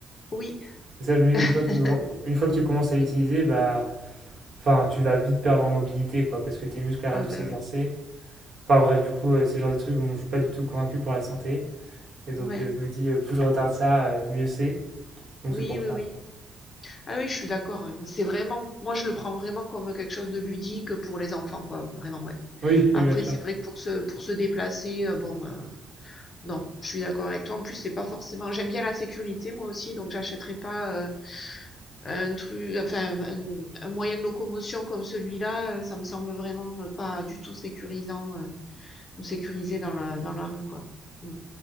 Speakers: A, on the left (about 45°); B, on the right (about 55°).
A: Oui,
B: Et ça, je me dis
A: <laughs>
B: qu'une fois que tu, commen- une fois que tu commences à l'utiliser, bah, enfin, tu vas vite perdre en mobilité, quoi, parce que tes muscles arrêtent
A: ah
B: de s'exercer.
A: ben oui,
B: Enfin, bref, du coup, euh, c'est le genre de truc où je suis pas du tout convaincu pour la santé. Et donc,
A: ouais,
B: euh, je me dis, euh, plus je retarde ça, euh, mieux c'est. Donc,
A: oui,
B: c'est pour
A: oui,
B: ça.
A: oui. Ah oui, je suis d'accord. hein. C'est vraiment, moi, je le prends vraiment comme quelque chose de ludique pour les enfants, quoi, vraiment, ouais.
B: Oui, oui,
A: Après,
B: bien sûr.
A: c'est vrai que pour se, pour se déplacer, euh, bon, euh, non, je suis d'accord avec toi. En plus, c'est pas forcément. J'aime bien la sécurité, moi aussi, donc j'achèterai pas. euh, Un truc, enfin, un, un moyen de locomotion comme celui-là, euh, ça me semble vraiment euh, pas du tout sécurisant euh, ou sécurisé dans la, dans la rue, quoi. Mm.